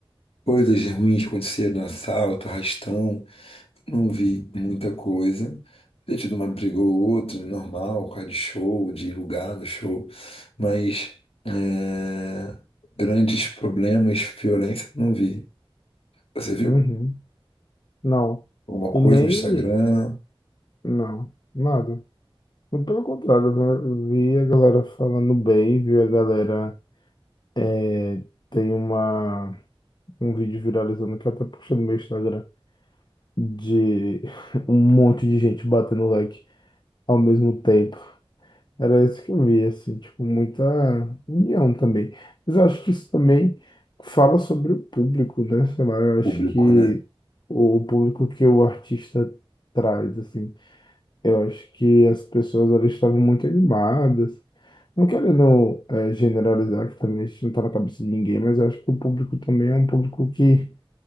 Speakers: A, on the left; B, on the left.
A: coisas ruins que aconteceram, assalto, arrastão. Não vi muita coisa. Ter tido uma briga ou outra, é normal, por causa de show, de lugar no show, mas é, grandes problemas, violência, não vi. Você viu?
B: Uhum. Não.
A: Alguma coisa
B: E nem
A: no Instagram,
B: não, nada. Muito Pelo contrário, eu vi a galera falando bem, vi a galera é, tem uma um vídeo viralizando que eu até puxei no meu Instagram de <laughs> um monte de gente batendo like ao mesmo tempo. Era isso que eu vi, assim, tipo, muita união também. Mas eu acho que isso também fala sobre o público, né? Sei lá, eu acho
A: público,
B: que
A: né?
B: o público que o artista traz, assim, eu acho que as pessoas elas estavam muito animadas. Não querendo eh, generalizar, que também isso não tá na cabeça de ninguém, mas eu acho que o público também é um público que